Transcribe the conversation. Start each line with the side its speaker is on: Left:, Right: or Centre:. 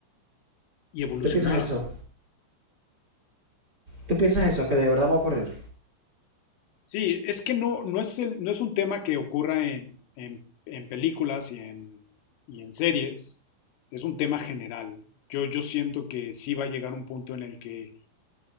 Left: y evolucionadas.
Right: ¿Tú piensas eso? ¿Tú piensas eso? Que de verdad va a ocurrir.
Left: Sí, es que no, no, es, el- no es un tema que ocurra en, en- en películas y en, y en series, es un tema general. Yo, yo siento que sí va a llegar un punto en el que